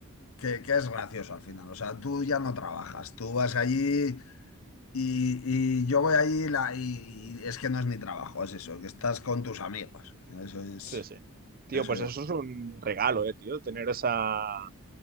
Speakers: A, on the left; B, on the right.
A: que, que es gracioso al final. O sea, tú ya no trabajas, tú vas allí y, y yo voy allí la, y, y es que no es ni trabajo, es eso, que estás con tus amigos. Eso es.
B: Sí, sí. Tío,
A: Eso
B: pues
A: es.
B: eso es un regalo, eh, tío, tener esa,